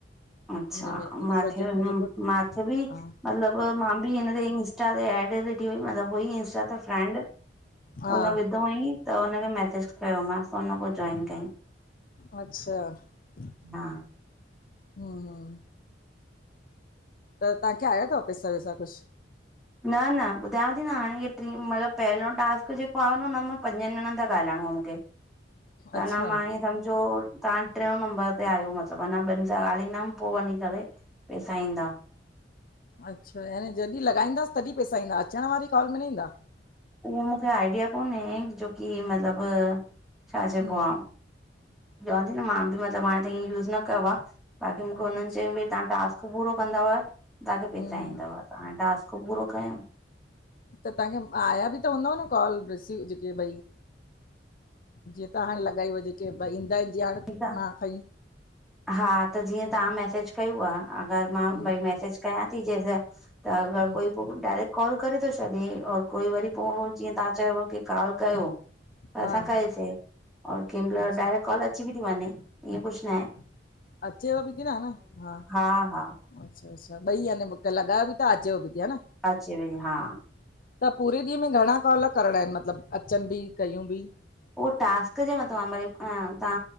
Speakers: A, on the left (about 50°); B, in the centre.
A: हिन
B: अच्छा,
A: में हिन
B: माखे,
A: प्रोजेक्ट में जेको
B: माखे बि
A: हा
B: मतलब मां बि हिन ते इंस्टा ते एड ते ॾिठी हुई, मतलब हुई इन्स्टा ते फ्रेंंड
A: हा
B: उन्ह विधो हुअंईं त उनखे मैसेज कयो मांस, उन्ह पो जॉइन कयंईं।
A: अच्छा, हम्म
B: हा
A: -हम्म त तव्हांखे आया थव पैसा वैसा कुुछ?
B: न न ॿुधायांव ती न हाणे हीअ टीं, मतलबु पहिरियों टास्क जेको आयो न हुन में पंजनि ॼणनि सां ॻाल्हाइणो आ मुखे त
A: अच्छा
B: अंञां मां ईंयं सम्झो तव्हां टियों नंबर ते आहियो मतलबु, अंञां ॿिनि सां ॻाल्हाईंदमि पो वञीं करे पैसा ईंदा।
A: अच्छा यानी जॾहिं लॻाईंदासीं तॾहिं पैसा ईंदा, अचण वारी कॉल में न ईंदा।
B: उहो मुखे आइडिया कोन्हे, जोकी मतिलब छा चइबो
A: हम्म,
B: आ चवां ती न मां बि मतिलबु हाणे ईंअं त यूस न कयो आ, बाक़ी मुखे हुननि
A: अच्छा।
B: चयंउं भई तव्हां टास्क पूरो कंदव तव्हांखे पैसा
A: हम्म हम्म।
B: ईंदव, त हाणे टास्क पूरो कयंउं
A: त तव्हांखे आया बि त हूंदव न कॉल रिसीव जेके भई जीअं तहां हाणें लॻाईव जेके, भई ईंदा हिनि जीअं हाणे
B: ठीकु आ
A: मां खंईं
B: हा त जीअं तव्हां मैसेज कयुव, अगरि मां
A: हम्म,
B: भई मैसेज कयां ती जंहिं सां त अगर
A: हम्म,
B: कोई पो डायरेक्ट कॉल करे तो छॾे, और कोई वरी पो जीअं तव्हां चयुव की कॉल कयो त
A: हा
B: असां कईसे और कंहिं महिल
A: अच्छा
B: डायरेक्ट कॉल अची बि ती वंञें ईअं कुछु ना हे
A: अचेव बि ती न, हं न
B: हा हा
A: अच्छा अच्छा ॿई य <unintelligible> न लॻायो बि ता अचे बि त ह न
B: अचे वई हा।
A: त पूरे ॾींहं में घणा कॉल करिणा आहिनि मतिलबु, अचनि बि कयूं बि?
B: उह टास्क जे मथां आहे, भई तां